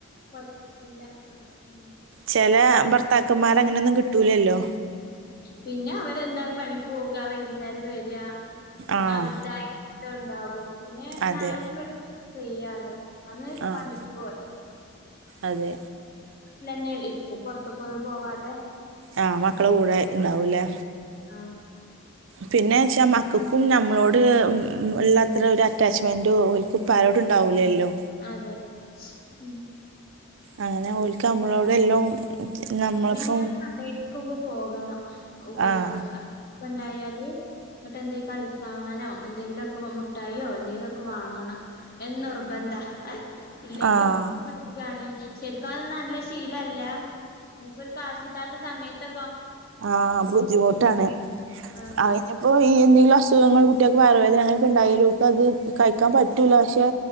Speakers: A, on the left (about 45°); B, on the right (about 60°).
A: കുഴപ്പന്ന്മില്ല ആ ഉ
B: ചില ഭർത്താക്കന്മാർ അങ്ങനെയൊന്നും കിട്ടൂലല്ലോ
A: പിന്നെ അവരെന്താ പണിക്ക് പോക വൈകുന്നേരം വരിക പിന്നെ
B: ആഹ്
A: അവരുടെതായ ഇത് ഉണ്ടാകും പിന്നെ
B: അതെ
A: ഞായറും വെള്ളിയും ഫ്രീ ആണ് അന്ന്
B: ആഹ്
A: പണിക്ക് പോക
B: അതെ
A: വിട്ടില് തന്നെ ഇരിക്കും പുറത്തേയ്ക്ക് ഒന്നും പോവാതെ
B: ആ മക്കള് കൂടെ ഇണ്ടാവൂല്ലേ
A: ആ
B: പിന്നെ വെച്ചാ മക്കൾക്കും നമ്മളോട് ഉം ഉള്ളാത്ര ഒരു അറ്റാച്ച്മെന്റ് ഓൾക്കപ്പം
A: അതെ
B: ആരോട് ഉണ്ടാവലല്ലോ
A: അതെ ഉം
B: അങ്ങനെ ഒൾക്ക് നമ്മളോട് എല്ലാം
A: അതെ
B: നമ്മളിപ്പം
A: പിന്നെ ഇങ്ങനെ കടെക്കൊക്കെ പോകണം ഒക്ക് ഓൾക്ക്
B: ആഹ്
A: കൊണ്ടായാല് എന്നിട്ട് എന്തെ കളിച്ചാവാനോ എന്തെങ്കിലുമൊക്കെ മുട്ടായിയോ എന്തെങ്കിലുമൊക്കെ വാങ്ങണം അത് നിർബന്ധ ഇല്ലെങ്കി
B: ആഹ്
A: വാ പിടിക്കാണ് ശരിക്കും അത് നല്ല ശീലല്ല ഇനിപ്പരു കാശില്ലാത്ത സമയത്ത്
B: ആ ബുദ്ധിമുട്ടാണ്
A: ആഹ്
B: അതിനിപ്പോ ഈ എന്തില് അസുഖങ്ങൾ കുട്ടികൾക്ക് വയറുവേദന അങ്ങനൊക്കെ ഉണ്ടായി ഇപ്പം അത് കഴിക്കാൻ പറ്റുല്ല പക്ഷെ